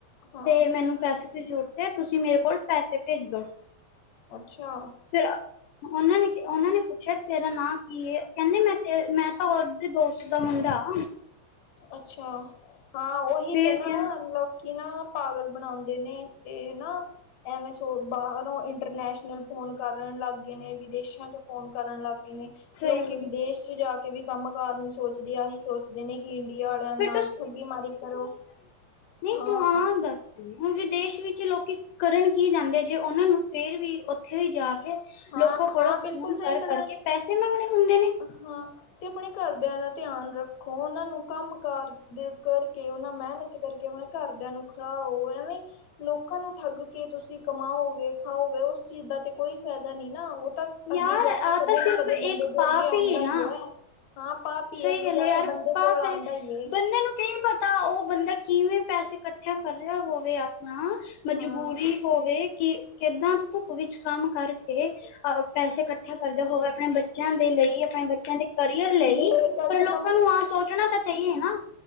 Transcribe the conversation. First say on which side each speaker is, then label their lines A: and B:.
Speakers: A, on the left; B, on the left.
A: ਹਾਂ
B: ਤੇ ਮੈਨੂੰ ਪੈਸੇ ਦੀ ਜ਼ਰੂਰਤ ਹੈ ਤੁਸੀਂ ਮੇਰੇ ਕੋਲ ਪੈਸੇ ਭੇਜ ਦੋ।
A: ਅੱਛਾ।
B: ਫਿਰ ਉਹਨਾਂ ਨੇ ਉਹਨਾਂ ਨੇ ਪੁੱਛਿਆ ਤੇਰਾ ਨਾਂ ਕੀ ਏ? ਕਹਿੰਦੇ ਮੈਂ-ਤੇ ਮੈਂ ਤਾਂ ਉਹਦੇ ਦੋਸਤ ਦਾ ਮੁੰਡਾ ਆ।
A: ਅੱਛਾ, ਹਾਂ ਉਹੀ
B: ਫੇਰ
A: ਤੇ ਨਾ
B: ਕਿਆ
A: ਲੋ ਲੋਕੀ ਨਾ ਪਾਗਲ ਬਣਾਉਂਦੇ ਨੇ ਤੇ ਨਾ ਐਵੇ ਸੋ ਬਾਹਰੋਂ ਇੰਟਰਨੈਸ਼ਨਲ ਫੋਨ ਕਰਨ ਲੱਗ ਗਏ ਨੇ ਵਿਦੇਸ਼ਾਂ ਚੋਂ ਫੋਨ ਕਰਨ ਲੱਗ ਗਏ ਨੇ
B: ਸਹੀ
A: ਲੋਕੀ ਵਿਦੇਸ਼ ਚ ਜਾ ਕੇ ਵੀ ਕੰਮ-ਕਾਰ ਨੀ ਸੋਚਦੇ ਆਹੀ ਸੋਚ ਦੇ ਨੇ ਕਿ ਇੰਡੀਆ ਵਾਲਿਆਂ ਨਾਲ
B: ਫਿਰ
A: ਠੱਗੀ ਮਾਰੀ ਕਰੋ।
B: ਨੀ
A: ਹਾਂ
B: ਤੂੰ ਆ ਅੰਦਰ। ਹੁਣ ਵਿਦੇਸ਼ ਵਿੱਚ ਲੋਕੀ ਕਰਨ ਕੀ ਜਾਂਦੇ ਆ ਜੇ ਉਹਨਾਂ ਨੂੰ ਫੇਰ ਵੀ ਉੱਥੇ ਵੀ ਜਾ ਕੇ
A: ਹਾਂ
B: ਲੋਕਾਂ ਕੋਲੋਂ
A: ਹਾਂ
B: ਫੋਨ
A: ਬਿਲਕੁਲ ਸਹੀ
B: ਕਰ-ਕਰਕੇ
A: ਗੱਲਾਂ ਨੇ
B: ਪੈਸੇ ਮੰਗਣੇ ਹੁੰਦੇ ਨੇ।
A: ਹਾਂ। ਤੇ ਆਪਣੇ ਘਰਦਿਆਂ ਦਾ ਧਿਆਨ ਰੱਖੋ, ਉਹਨਾਂ ਨੂੰ ਕੰਮ-ਕਾਰ ਦੇ ਕਰਕੇ ਉਹਨਾਂ ਮਿਹਨਤ ਕਰਕੇ ਆਪਣੇ ਘਰਦਿਆਂ ਨੂੰ ਖਲਾਓ ਐਵੇਂ ਲੋਕਾਂ ਨੂੰ ਠੱਗ ਕੇ ਤੁਸੀਂ ਕਮਾਓਗੇ, ਖਾਓਗੇ ਉਸ ਚੀਜ਼ ਦਾ ਤੇ ਕੋਈ ਫਾਇਦਾ ਨੀ ਨਾ ਉਹ ਤਾਂ
B: ਯਾਰ
A: ਅੱਗੇ ਜਾ ਕੇ
B: ਆ
A: ਕਦੇ
B: ਤਾਂ
A: ਨਾ
B: ਸਿਰਫ
A: ਕਦੇ
B: ਇੱਕ
A: ਬੰਦੇ ਦੇ
B: ਪਾਪ
A: ਅੱਗੇ ਆਂਦਾ ਹੀ
B: ਨਾ।
A: ਹੈ। ਹਾਂ, ਪਾਪ ਹੀ
B: ਸਹੀ
A: ਏ ਅੱਗੇ
B: ਗੱਲ
A: ਜਾ
B: ਹੈ ਯਾਰ
A: ਕੇ ਬੰਦੇ
B: ਪਾਪ
A: ਕੋਲ ਆਉਂਦਾ
B: ਹੈ
A: ਈਏ।
B: ਬੰਦੇ ਨੂੰ ਕੀ ਪਤਾ ਉਹ ਬੰਦਾ ਕਿਵੇਂ ਪੈਸੇ ਇਕੱਠਿਆ ਕਰ ਰਿਹਾ ਹੋਵੇ ਆਪਣਾ, ਮਜਬੂਰੀ
A: ਹਾਂ
B: ਹੋਵੇ ਕਿ ਕਿੱਦਾਂ ਧੁੱਪ ਵਿੱਚ ਕੰਮ ਕਰਕੇ ਅ ਪੈਸੇ ਇਕੱਠੇ ਕਰਦੇ ਹੋਵੇ। ਆਪਣੇ ਬੱਚਿਆਂ ਦੇ ਲਈ ਆਪਣੇ ਬੱਚਿਆਂ ਦੇ ਕਰੀਅਰ ਲਈ
A: ਜਿਹੜੇ ਗ਼ਲਤ
B: ਪਰ ਲੋਕਾਂ ਨੂੰ ਆਹ ਸੋਚਣਾ ਤਾਂ ਚਾਹੀਏ ਨਾ।